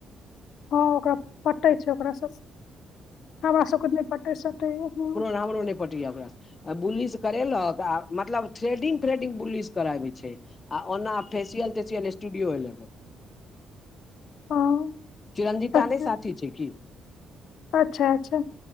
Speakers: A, on the left; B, on the left.
A: हँ ओकरा पटै छै ओकराँ सब सँ हमरा सबके नै पटै सटै य हँ
B: नै पटै ओक बु्लिस करेलक आ मतलब थ्रेडिंग थ्रेडिंग बु्लिस कराबे छै आ ओना फेसियल तेसियल स्टूडियो ए लग
A: हँ
B: चिरंजीत
A: अच्छा
B: नहि साथी छै की
A: अच्छा अच्छा